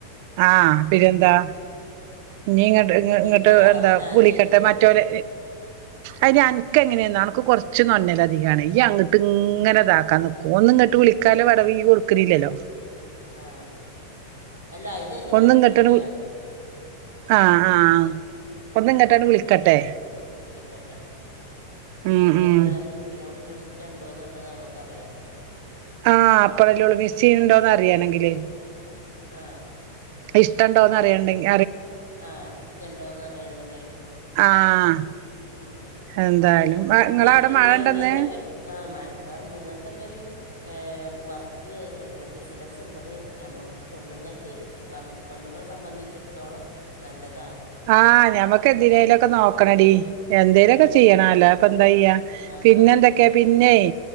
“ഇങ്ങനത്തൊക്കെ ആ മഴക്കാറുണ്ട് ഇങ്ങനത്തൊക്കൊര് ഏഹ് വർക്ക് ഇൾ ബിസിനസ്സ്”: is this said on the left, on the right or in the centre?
Left